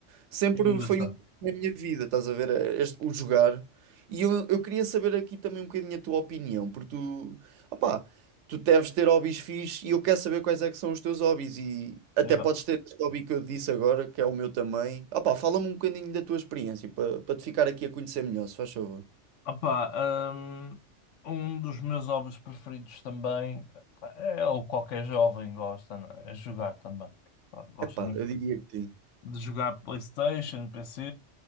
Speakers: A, on the right; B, on the left.
A: sempre
B: É engraçado.
A: foi um na minha vida, estás a ver? É este- o jogar. E eu, eu queria saber aqui também um bocadinho a tua opinião, porque tu, opa, tu deves ter hobbies fixes e eu quero saber quais é que são os teus hobbies. E até
B: Yeah.
A: podes ter este hobby que eu disse agora, que é o meu também. Opa, fala-me um bocadinho da tua experiência, para, para te ficar aqui a conhecer melhor, se faz favor.
B: Opá, hum, um dos meus hobbies preferidos também pá, é o que qualquer jovem gosta, não é? É jogar também. Pá, gosto
A: Epá,
B: muito
A: eu diria que sim.
B: de jogar PlayStation, PC,